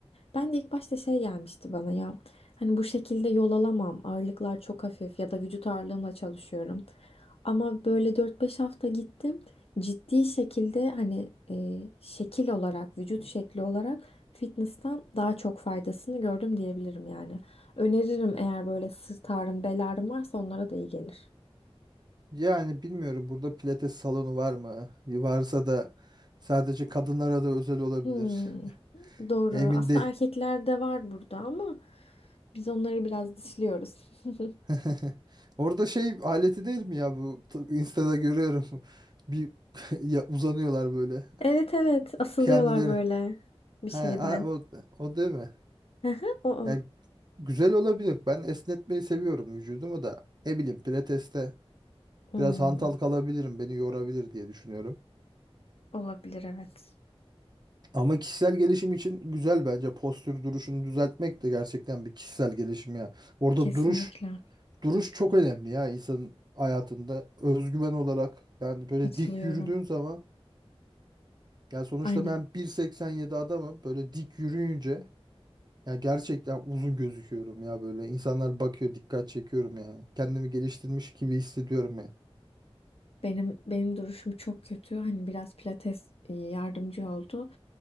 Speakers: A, on the left (about 70°); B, on the right (about 40°).
A: Ben de ilk başta şey gelmişti bana ya. Hani bu şekilde yol alamam. Ağırlıklar çok hafif ya da vücut ağırlığımla çalışıyorum. Ama böyle dört beş hafta gittim. Ciddi şekilde hani e, şekil olarak, vücut şekli olarak fitness'tan daha çok faydasını gördüm diyebilirim yani. Öneririm eğer böyle sırt ağrım, bel ağrım varsa onlara da iyi gelir.
B: Yani bilmiyorum burada pilates salonu var mı? Varsa da sadece kadınlara da özel olabilir.
A: Hmm,
B: <laughs>
A: doğru.
B: Emin
A: Aslında
B: değil.
A: erkeklerde var burada ama biz onları biraz dışlıyoruz. <laughs>
B: <laughs> Orada şey aleti değil mi ya bu T- Insta'da görüyorum. <laughs> Bir <laughs> ya- uzanıyorlar böyle.
A: Evet evet asılıyorlar
B: Kendileri.
A: böyle bir
B: He,
A: şeyden.
B: a- o, o değil mi?
A: Hı hı, o o.
B: Yani güzel olabilir. Ben esnetmeyi seviyorum vücudumu da. Ne bileyim pilateste
A: Hmm,
B: biraz hantal kalabilirim. Beni yorabilir diye düşünüyorum.
A: olabilir evet.
B: Ama kişisel gelişim için güzel bence. Postür duruşunu düzeltmek de gerçekten bir kişisel gelişim ya. Orada
A: Kesinlikle
B: duruş duruş çok önemli ya insanın hayatında. Özgüven olarak yani böyle
A: katılıyorum.
B: dik yürüdüğün zaman yani sonuçta
A: Aynen.
B: ben 1.87 adamım. Böyle dik yürüyünce Ya gerçekten uzun gözüküyorum ya böyle. İnsanlar bakıyor, dikkat çekiyorum yani. Kendimi geliştirmiş gibi hissediyorum ya.
A: Benim benim duruşum çok kötü. Hani biraz pilates e, yardımcı oldu.